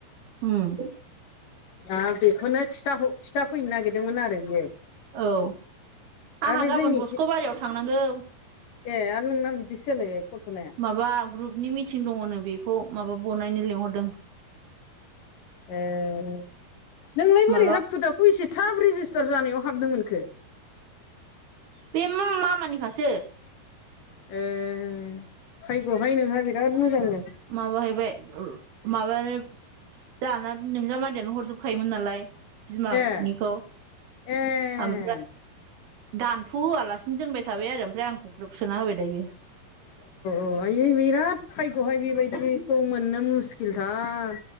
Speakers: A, on the right; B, on the left.
A: होम
B: दा बेखौनो खिथर-खिथाफैनो नागिरदोंमोन आरो बियो।
A: औ
B: दा
A: आंहा
B: बे
A: गाबोन
B: जोंनि
A: बस्क'बारियाव थांनांगौ।
B: ए आरो नोंना बिदि सोलायबाय खथ'नाया।
A: माबा ग्रुपनि थिं दङनो बेखौ माबा बनायनो लिंहरदों।
B: ए नोंलाय बोरै
A: माबा
B: हाखु दाखु एसे थाब रेजिस्टार जानायाव हाबनो मोनखो?
A: बे म-मामानिखासो।
B: ए फायग'हाय नोंहा बिराद मोजांनो।
A: माबाहैबाय माबानो जाहाना नोंजामादैयानो हरजोबखायोमोन नालाय। बिमानिखौ
B: ए ए
A: ओमफ्राय दानथ' होआलासिनो दोनबाय थाबाय आरो ओमफ्राय आंखौ ग्रोब सोना होबाय दायो। औ
B: औ आय बिराद भायग'हाय बेबायदिखौ मोननो मुस्किलथार।